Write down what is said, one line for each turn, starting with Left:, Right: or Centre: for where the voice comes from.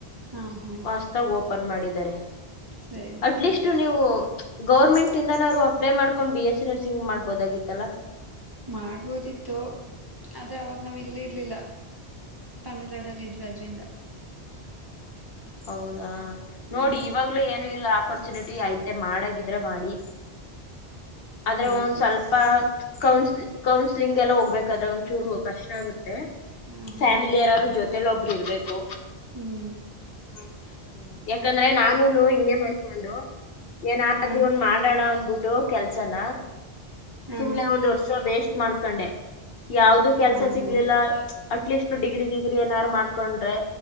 Right: ಹಾ ಹಾ
Left: ವಾಸ್ತಾಗ ಓಪನ್ ಮಾಡಿದ್ದಾರೆ
Right: ಸರಿ
Left: ಅಟ್ಲೀಸ್ಟ್
Right: ಸರಿ ಹಾಗಾದ್ರೆ
Left: ನೀವು ಗೌರ್ಮೆಂಟ್ ಇಂದ್ರು ಅಪ್ಲೈ ಮಾಡ್ಕೊಂಡು ಬಿ ಎಸ್ಸ ನರ್ಸಿಂಗ್ ಮಾಡ್ಬೋದಾಗಿತ್ತಲ್ಲಾ
Right: ಮಾಡ್ಬೋದಿತ್ತು ಆದ್ರೆ ಅವಾಗ ನಾವ್ ಇಲ್ಲಿ ಇರ್ಲಿಲ್ಲ ತಮಿಳ್ನಾಡ ಅಲ್ಲಿ ಇದ್ವಿ ಅದ್ರಿಂದ
Left: ಹೌದಾ
Right: ಹ್ಮ್
Left: ನೋಡಿ ಇವಾಗ್ಲು ಏನಿಲ್ಲ ಆಪರ್ಚುನಿಟಿ ಐತೆ ಮಾಡಗಿದ್ರೆ ಮಾಡಿ ಆದ್ರೆ
Right: ಮಾಡ್ತು
Left: ಒಂದ ಸ್ವಲ್ಪ ಕೌನ್ ಕೌನ್ಸ್ಲಿಂಗ್ ಎಲ್ಲ ಹೋಗ್ಬೇಕಾದ್ರೆ ಒಂಚೂರು ಕಷ್ಟ ಆಗುತ್ತೆ
Right: ಹಾ ಹಾ
Left: ಫ್ಯಾಮಿಲಿ ಯಾರಾದರು ಜೊತೆೇಲಿ ಒಬ್ರು ಇರ್ಬೇಕು
Right: ಹ್ಮ್
Left: ಹ್ಮ ಯಾಕಂದ್ರೆ ನಾನುನು ಇಂಗೆ ಮಾಡ್ಕೊಂಡು ಏನಾದ್ರೂ
Right: ಹಾ
Left: ಒಂದ್ ಮಾಡೋಣ ಅಂದಬಿಟ್ಟು ಕೆಲ್ಸನ
Right: ಹಾ
Left: ಸುಮ್ನೆ ಒಂದ್ ವರ್ಷ ವೇಸ್ಟ್ ಮಾಡ್ಕೊಂಡೆ ಯಾವ್ದು ಕೆಲ್ಸ
Right: ಹಾ
Left: ಸಿಗ್ಲಿಲ್ಲ
Right: ಹಾ
Left: ಅಟ್ಲೀಸ್ಟ್ ಡಿಗ್ರಿ ಡಿಗ್ರಿ ಏನಾದಾರು ಮಾಡ್ಕೊಂಡ್ರೆ